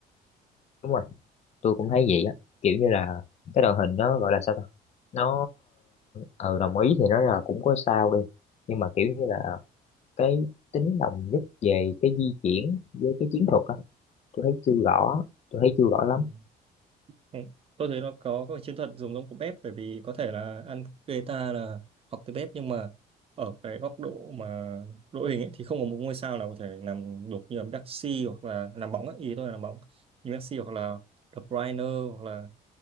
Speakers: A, on the left; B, on the right.
A: đúng rồi tôi cũng thấy vậy á kiểu như là cái đội hình nó gọi là sao ta nó ờ ừ, đồng ý thì nó là cũng có sao đi nhưng mà kiểu như là cái tính đồng nhất về cái di chuyển với cái chiến thuật á tôi thấy chưa rõ tôi thấy chưa rõ lắm
B: Ừ. Ừ. Tôi thấy nó có các cái chiến thuật dùng giống của bếp bởi vì có thể là ăn Guetta là học từ bếp nhưng mà ở cái góc độ mà đội hình ấy, thì không có một ngôi sao nào có thể làm được như là Messi hoặc là làm bóng ấy. Ý tôi là làm bóng như Messi hoặc là De Bruyne hoặc là